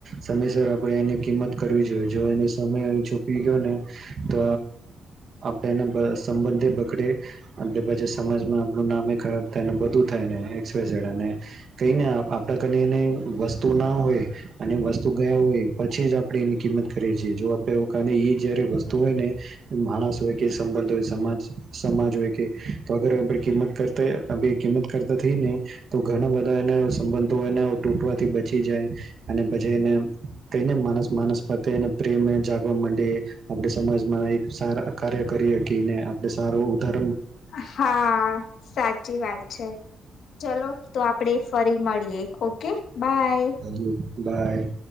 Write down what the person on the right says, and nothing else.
સમયસર આપણે એની કિંમત કરવી જોઈએ જો એને સમય ચૂકી ગયો ને તો આપણે એને સંબંધ બગડે અટલે પછી સમાજમાં આપણું નામે ખરાબ થાય બધું થાયને એક્સ વાય ઝેડ અને કઈને આપડા <unintelligible> ને વસ્તુ ના હોય અને વસ્તુ ગયા હોય પછી જ આપણે એની કિંમત કરીએ છીએ જો આપડે એવું કારણે એ જયારે વસ્તુ હોય ને માણસ હોય કે સંબંધ હોય સમાજ સમાજ હોય કે તો અગર આપ કિંમત કરતા કિંમત કરતા થઈ ને તો ઘણા બધા એના સંબંધો એના તૂટવાથી બચી જાય અને પછી એને કને માનસ માણસ પ્રતે એને પ્રેમને જાગવા માંડી આપણે સમાજમાં એક સારા કાર્ય કરી ને આપડે સારો ઉધા
ભલે બાય.